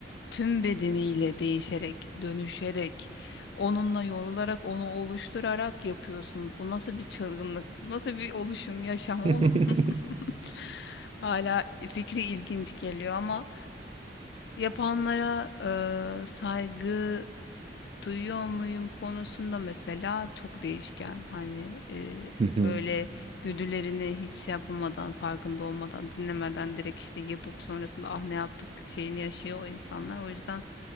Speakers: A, on the left; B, on the right.
A: tüm bedeniyle değişerek, dönüşerek, onunla yorularak, onu oluşturarak yapıyorsun. Bu nasıl bir çılgınlık, bu nasıl bir oluşum, yaşam oğlum?
B: <laughs> Hı
A: <laughs> Hala fikri ilginç geliyor ama yapanlara e, saygı duyuyor muyum konusunda mesela çok değişken. Hani e,
B: hı,
A: böyle güdülerini hiç şey yapamadan, farkında olmadan, dinlemeden direkt işte yapıp sonrasında ah ne yaptık şeyini yaşıyor o insanlar. O yüzden